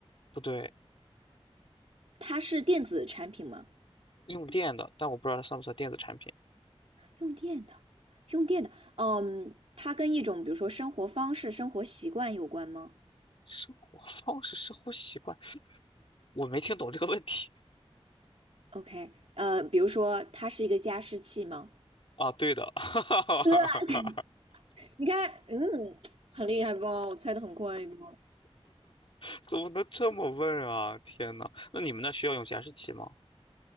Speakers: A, on the left; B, on the right.
A: 不对，
B: 它是电子产品吗？
A: 用电的，但我不知道它算不算电子产品。
B: 用电的，用电的，哦嗯，它跟一种比如说生活方式、生活习惯有关吗
A: 生活方式、生活习惯，我没听懂这个问题
B: ？OK，呃，比如说它是一个加湿器吗？
A: 啊。对的，<laughs> 哈哈哈
B: <laughs> 你看，嗯，很厉害吧？我猜的很快不？
A: 怎么能这么问啊？天呐，那你们那需要用加湿器吗？